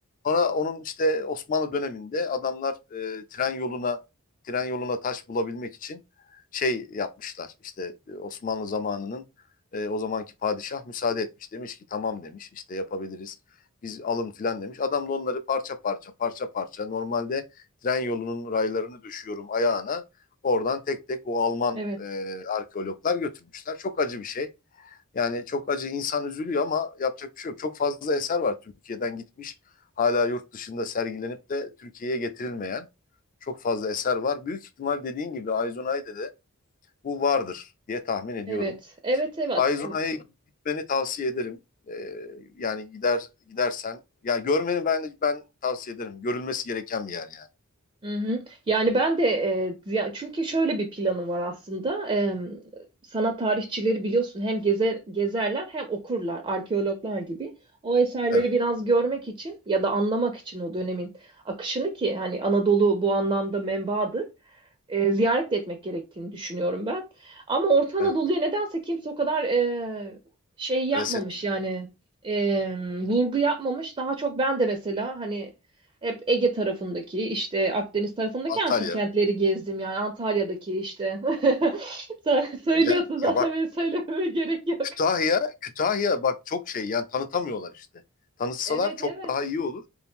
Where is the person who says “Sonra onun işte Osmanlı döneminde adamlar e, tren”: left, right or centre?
Left